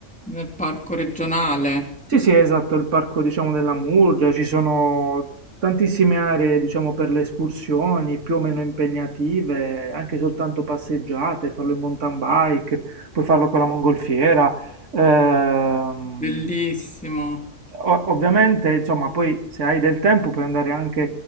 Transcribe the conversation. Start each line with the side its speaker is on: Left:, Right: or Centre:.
Centre: nel parco regionale.
Right: Sì, sì, esatto, il parco, diciamo, della Murgia, ci sono tantissime aree, diciamo, per le escursioni, più o meno impegnative, anche soltanto passeggiate, farlo in mountain bike, puoi farlo con la mongolfiera. Ehm,
Centre: Bellissimo.
Right: o- ovviamente, insomma, poi se hai del tempo puoi andare anche,